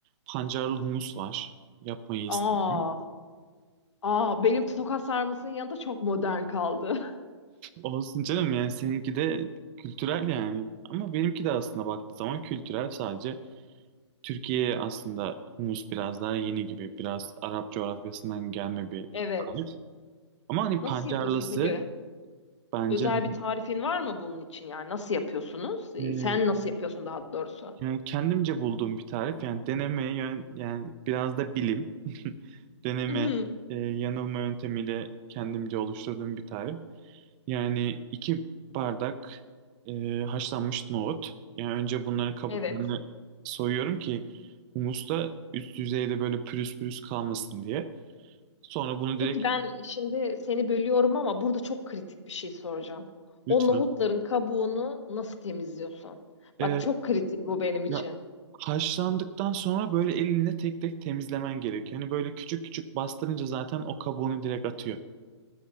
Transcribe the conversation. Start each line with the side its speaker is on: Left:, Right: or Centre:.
Right: pancarlı humus var. Yapmayı istedim.
Left: Aa, Aa, benim tokat sarmasının yanında çok modern kaldı. <laughs>
Right: Olsun canım yani seninki de kültürel yani. Ama benimki de aslında baktığı zaman kültürel sadece. Türkiye'ye aslında humus biraz daha yeni gibi. Biraz Arap coğrafyasından gelme bir
Left: Evet.
Right: tarif. Ama hani
Left: Nasıl
Right: pancarlısı
Left: yapıyorsun peki?
Right: bence
Left: Özel
Right: hani,
Left: bir tarifin var mı bunun için? Yani nasıl yapıyorsunuz? Ee, Sen
Right: e,
Left: nasıl yapıyorsun daha doğrusu?
Right: yani kendimce bulduğum bir tarif. Yani deneme yön- yani biraz da bilim. <laughs> Deneme
Left: Mhm,
Right: e, yanılma yöntemiyle kendimce oluşturduğum bir tarif. Yani iki bardak e, haşlanmış nohut. Yani önce bunların kabuklarını
Left: Evet.
Right: soyuyorum ki humusta üst yüzeyde böyle pürüz pürüz kalmasın diye. Sonra bunu
Left: Peki
Right: direkt
Left: ben şimdi seni bölüyorum ama burada çok kritik bir şey soracağım.
Right: Lütfen.
Left: O nohutların kabuğunu nasıl temizliyorsun?
Right: Ee,
Left: Bak çok kritik bu benim için.
Right: ya, haşlandıktan sonra böyle elinle tek tek temizlemen gerekiyor. Hani böyle küçük küçük bastırınca zaten o kabuğunu direkt atıyor.